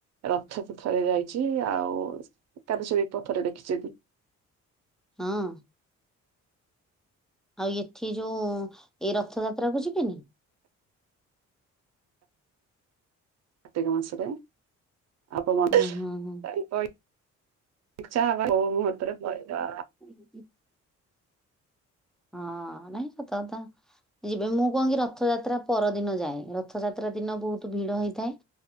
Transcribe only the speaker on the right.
ରଥକୁ ଥରେ ଯାଇଛି ଆଉ ତାପରେ ଶିଳ୍ପ ପରେ ଦେଖିଛନ୍ତି
କାର୍ତ୍ତିକ ମାସରେ ଆପଣ ମା
ତାଙ୍କ
ଇ ଇଛା ହବନା କୋଉ ମୁହୂର୍ତ୍ତ ରେ ପଳେଇବା